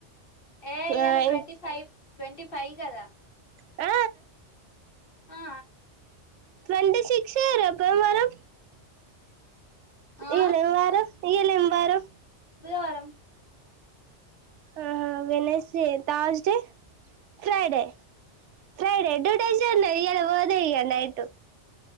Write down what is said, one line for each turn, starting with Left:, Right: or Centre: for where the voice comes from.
Left: ఏ ఇయ్యాల
Right: ఆ
Left: ట్వంటీ ఫైవ్ ట్వంటీ. ఫై కదా.
Right: ఆ.
Left: ఆ.
Right: ట్వంటీ సిక్స్ రేపు ఏం వారం.
Left: ఆ
Right: ఇయ్యాల ఏం వారం. ఇయ్యల ఏం వారం.
Left: బుధవారం.
Right: ఆహా Wednesday Thursday Friday Friday two days ఉన్నాయి ఇయ్యాల పోతే ఇగ నైటు.